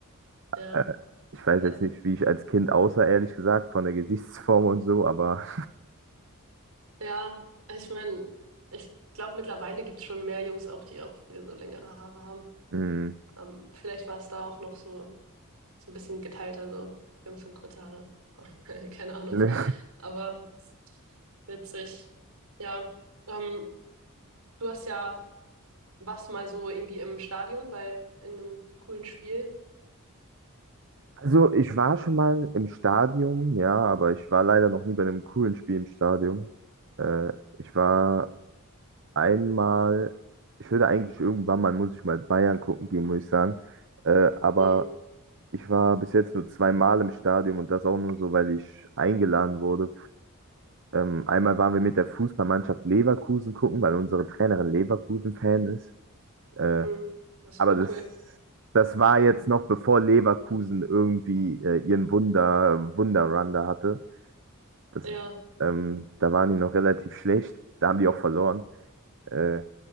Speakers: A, on the right (about 80°); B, on the right (about 55°).
A: Ja.
B: äh, ich weiß
A: Ja,
B: jetzt nicht, wie ich als Kind aussah, ehrlich gesagt, von der Gesichtsform und so, aber
A: ja. ich meine, ich glaube, mittlerweile gibt es schon mehr Jungs auch, die auch früher so längere Haare haben.
B: mh,
A: Ähm, vielleicht war es da auch noch so, so ein bisschen geteilter, so Jungs haben kurze Haare. Auch, <laughs> keine Ahnung.
B: <laughs> ne.
A: Aber witzig. Ja. Ähm, du hast ja was mal so irgendwie im Stadion bei irgendeinem coolen Spiel.
B: Also ich war schon mal im Stadion, ja, aber ich war leider noch nie bei einem coolen Spiel im Stadion. Äh, ich war einmal, ich würde eigentlich irgendwann mal, muss ich mal Bayern gucken gehen, muss ich sagen. Äh, aber
A: Mhm.
B: ich war bis jetzt nur zweimal im Stadion und das auch nur so, weil ich eingeladen wurde. Ähm, einmal waren wir mit der Fußballmannschaft Leverkusen gucken, weil unsere Trainerin Leverkusen-Fan ist. Äh,
A: Mhm. Das ist
B: aber
A: super
B: das,
A: cool.
B: das war jetzt noch bevor Leverkusen irgendwie äh, ihren Wunder, Wunderrun da hatte. Das,
A: Ja.
B: ähm, da waren die noch relativ schlecht. Da haben die auch verloren. Äh,